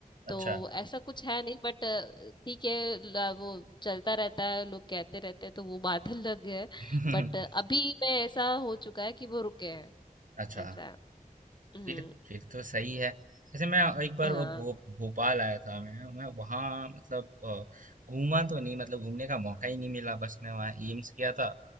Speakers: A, on the left; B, on the right.
A: तो
B: अच्छा
A: ऐसा कुछ है नहीं बट ठीक है ल- वो चलता रहता है लोग कहते रहते हैं तो वो बात <laughs> अलग है
B: <laughs>
A: बट अभी में ऐसा हो चुका है कि वो रुके हैं
B: अच्छा
A: ऐसा है। हम्म
B: फिर फिर तो सही है वैसे मैं एक बार
A: हाँ
B: वो भो, भोपाल आया था मैं मैं वहाँ मतलब अ, घूमा तो नहीं मतलब घूमने का मौका ही नहीं मिला बस मैं वहाँ एम्स गया था